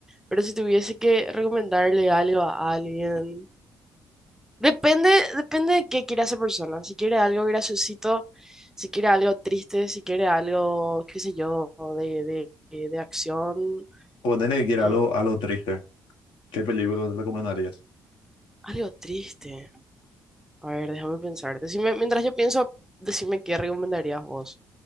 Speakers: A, in the centre; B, on the left (about 60°).
A: pero si tuviese que recomendarle algo a alguien... Depende, depende de qué quiera esa persona. Si quiere algo graciosito, si quiere algo triste, si quiere algo, qué sé yo, de, de- de- de acción,
B: Ponele que quiera
A: mm,
B: algo, algo triste. ¿Qué película te recomendarías?
A: algo triste. A ver, déjame pensar. Decime, mientras yo pienso, decime qué recomendarías vos.